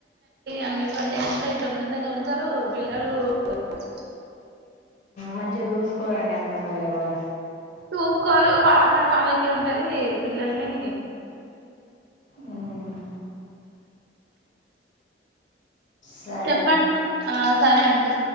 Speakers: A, on the right (about 65°); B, on the left (about 45°).
A: <inaudible> అంగన్వాన్ <unintelligible> పిల్లలు ఇగ
B: మంచిగా జూసుకోరండి అంగన్ బల్లె కూడా
A: చూసుకోరు వాళ్ళ పని వాళ్ళకే ఉంటది పిల్లల్ని
B: ఉమ్ సరే
A: చెప్పండి
B: అండి
A: ఆ సరే అండి